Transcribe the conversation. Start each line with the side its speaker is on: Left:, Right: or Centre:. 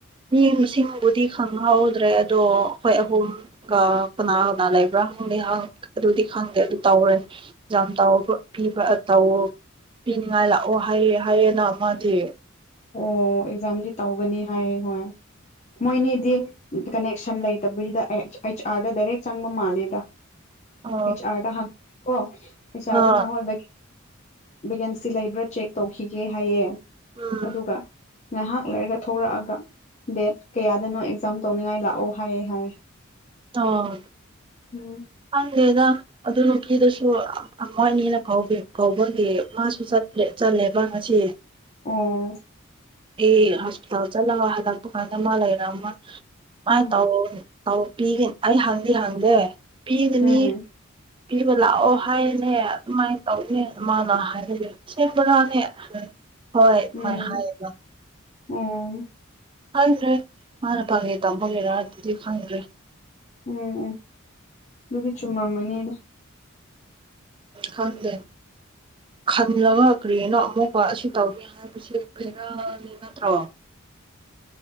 Right: ꯃꯤ ꯃꯁꯤꯡꯕꯨꯗꯤ ꯈꯪꯍꯧꯗ꯭ꯔꯦ ꯑꯗꯣ ꯑꯩꯈꯣꯏ ꯑꯍꯨꯝ ꯀꯅꯥ ꯀꯅꯥ ꯂꯩꯕ꯭ꯔꯥ ꯍꯪꯗꯦ ꯑꯗꯨꯗꯤ ꯈꯪꯗꯦ ꯑꯗꯨ ꯇꯧꯔꯅꯤ ꯌꯥꯝꯤꯕ ꯇꯑꯣ ꯄꯤꯅꯤꯡꯉꯥꯏ ꯂꯥꯛꯑꯣ ꯍꯥꯏꯌꯦ ꯍꯥꯏꯌꯦꯅ ꯑꯃꯗꯤ
Left: ꯑꯣ ꯑꯦꯛꯖꯥꯝꯗꯤ ꯇꯧꯒꯅꯤ ꯍꯥꯏꯌꯦ ꯍꯣꯏ ꯃꯣꯏꯅꯤꯗꯤ ꯀꯅꯦꯛꯁꯟ ꯂꯩꯇꯕꯒꯤꯗ ꯑꯩꯆ ꯑꯥꯔꯗ ꯗꯥꯏꯔꯦꯛ ꯆꯪꯕ ꯃꯥꯜꯂꯦꯗ
Right: ꯑ
Left: ꯆ ꯑꯔꯗ ꯍꯥꯟꯆꯥꯔꯗ
Right: ꯑ
Left: ꯅꯉꯣ ꯕꯦꯀꯦꯟꯁꯤ ꯂꯩꯕ꯭ꯔꯥ ꯆꯦꯛ ꯇꯧꯈꯤꯒꯦ ꯍꯥꯏꯌꯦ
Right: ꯎꯝ
Left: ꯑꯗꯨꯒ ꯉꯥꯏꯍꯥꯛ ꯂꯩꯔꯒ ꯊꯂꯛꯑꯒ ꯗꯦꯠ ꯀꯌꯥꯗꯅꯣ ꯑꯦꯛꯖꯥꯝ ꯇꯧꯅꯤ ꯍꯥꯏ ꯂꯥꯛꯑꯣ ꯍꯥꯏꯌꯦ ꯍꯥꯏꯌꯦ
Right: ꯑꯣ
Left: ꯎꯝ
Right: ꯍꯪꯗꯦꯗ ꯑꯗꯨ ꯅꯨꯄꯤꯠꯀꯤꯗꯨꯁꯨ ꯃꯣꯢꯅꯤꯅ ꯀꯧꯕ ꯀꯧꯕꯒꯤ ꯃꯥꯁꯨ ꯆꯠꯂꯦꯕ ꯉꯁꯤ
Left: ꯑꯣ
Right: ꯑꯦ ꯍꯣꯁꯄꯤꯇꯥꯜ ꯆꯠꯂꯒ ꯍꯜꯂꯛꯄ ꯀꯥꯟꯗ ꯃꯥ ꯂꯩꯔꯑꯝꯃ ꯀꯃꯥꯏꯅ
Left: ꯎꯝ
Right: ꯇꯧ ꯄꯥꯎ ꯄꯤ ꯑꯩ ꯍꯪꯗꯤ ꯍꯪꯗꯦ ꯄꯤꯒꯅꯤ
Left: ꯎꯝ
Right: ꯄꯤꯕ ꯂꯥꯛꯑꯣ ꯍꯥꯏꯅꯦ ꯑꯗꯨꯃꯥꯏꯅ ꯇꯧꯅꯦ ꯃꯥꯅ ꯍꯥꯏꯔꯒ ꯑꯁꯦꯡꯕꯔꯥꯅꯦ ꯍꯣꯏ ꯃꯣꯏ
Left: ꯎꯝ
Right: ꯍꯥꯢꯌꯦ
Left: ꯎꯝ
Right: ꯈꯪꯗ꯭ꯔꯦ ꯃꯥꯅ ꯐꯒꯤ ꯇꯝꯕꯒꯤꯔꯥ ꯑꯗꯨꯗꯤ ꯈꯪꯗ꯭ꯔꯦ
Left: ꯎꯝ ꯎꯝ ꯑꯗꯨꯗꯤ ꯆꯨꯝꯃꯝꯃꯅꯤꯗ
Right: ꯍꯪꯗꯦ ꯍꯪꯂꯒ ꯀꯔꯤꯅꯣ ꯑꯃꯨꯛꯀ ꯑꯁꯤ ꯇꯧꯅꯤ ꯍꯥꯏꯕꯁꯦ ꯈꯔꯅꯤ ꯅꯠꯇ꯭ꯔꯣ